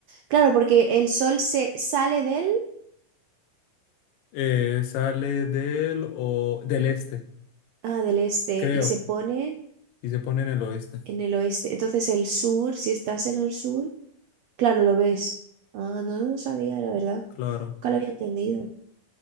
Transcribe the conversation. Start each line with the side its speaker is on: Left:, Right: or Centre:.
Right: Claro, porque el sol se sale del,
Left: Eh, sale del, o, del este,
Right: ah, del este
Left: creo,
Right: y se pone
Left: y se pone en el oeste.
Right: en el oeste, entonces el sur, si estás en el sur, claro, lo ves. Ah, no lo sabía, la verdad,
Left: Claro,
Right: nunca lo había entendido.